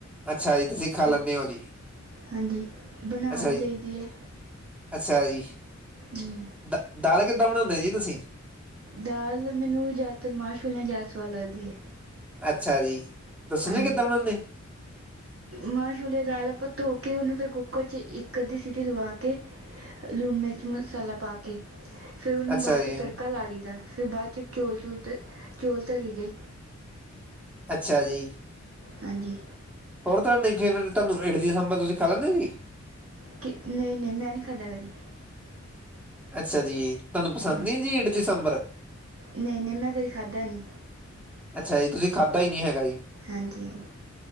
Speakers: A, in the centre; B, on the right (about 50°).
A: ਅੱਛਾ ਜੀ ਤੁਸੀਂ ਖਾ
B: ਤੇ
A: ਲੈਂਦੇ ਹੋ ਜੀ
B: ਹਾਂਜੀ ਬਣਾ
A: ਅੱਛਾ
B: ਵੀ
A: ਜੀ
B: ਲਈ ਦੀ ਹੈ।
A: ਅੱਛਾ ਜੀ
B: ਹਮ
A: ਦ ਦਾਲ ਕਿੱਦਾਂ ਬਣਾਉਂਦੇ ਜੀ ਤੁਸੀਂ?
B: ਦਾਲ ਮੈਨੂੰ ਜ਼ਿਆਦਾਤਰ ਮਾਸ਼ੋਲਿਆ ਜ਼ਿਆਦਾ ਸਵਾਦ ਲੱਗਦੀ ਹੈ।
A: ਅੱਛਾ ਜੀ, ਦੱਸੂਗੇੇ
B: ਹਾਂਜੀ
A: ਕਿੱਦਾਂ ਬਣਾਉਦੇ।
B: ਮਾਂ ਛੋਲੇ ਦਾਲ ਆਪਾਂ ਧੋ ਕੇ ਉਹਨੂੰ ਫਿਰ ਕੁੱਕਰ ਚ ਇੱਕ ਅੱਧੀ ਸੀਟੀ ਲਵਾ ਕੇ ਲੂਣ ਮਿਰਚ ਮਸਾਲਾ ਪਾ ਕੇ ਫੇਰ ਉਹਨੂੰ
A: ਅੱਛਾ
B: ਬਾਅਦ
A: ਜੀ
B: ਚੋਂ ਤੜਕਾ ਲਾ ਲਈਦਾ। ਫਿਰ ਬਾਅਦ ਚੌਲ ਚੂਲ ਚੌਲ ਤਰੀ ਦੇ
A: ਅੱਛਾ ਜੀ।
B: ਹਾਂਜੀ
A: ਹੋਰ ਤੁਹਾਨੂੰ ਫੇਵਰੇਟ ਤੁਹਾਨੂੰ ਇਡ ਦੀ ਸਾਂਬਰ ਤੁਸੀਂ ਖਾ ਲੈਂਦੇ ਜੀ।
B: ਕਿ ਨਹੀਂ, ਨਹੀਂ ਮੈਂ ਨਹੀਂ ਖਾਦਾਂ ਕਦੀ।
A: ਅੱਛਾ ਜੀ, ਤੁਹਾਨੂੰ ਪਸੰਦ
B: ਹੂੰ।
A: ਨਹੀਂ ਜੀ ਇਡਲੀਸਾਬਰ
B: ਨਹੀਂ, ਨਹੀਂ ਮੈਂ ਕਦੀ ਖਾਧਾ ਨਹੀਂ।
A: ਅੱਛਾ ਜੀ, ਤੁਸੀਂ ਖਾਧਾ ਹੀ ਨਹੀਂ ਹੈਗਾ ਜੀ।
B: ਹਾਂਜੀ, ਹਾਂਜੀ।